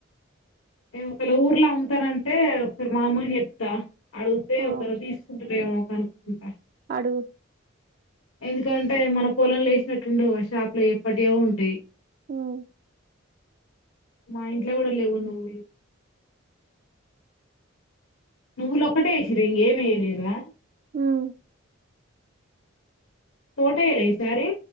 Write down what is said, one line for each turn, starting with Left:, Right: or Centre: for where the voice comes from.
Left: ఏ ఒకళ ఊర్లో అమ్ముతా అంటే ఒకసారి మా అమ్మకి చెప్తా అడిగితే
Right: ఆ
Left: ఒకరు తీసుకుంటారేమో కనుక్కుంటా
Right: అడుగు
Left: ఎందుకంటే మన పొలం లో లేసినట్టుండవు షాపు లో ఎప్పటియో ఉంటాయి
Right: ఉమ్
Left: మా ఇంట్లో కూడా లేవు నువ్వులు నువ్వులు ఒక్కటే వేసిర ఇంగ ఏమి వేయలేదా
Right: హ్మ్
Left: ఫోటో ఈయల ఈ సారి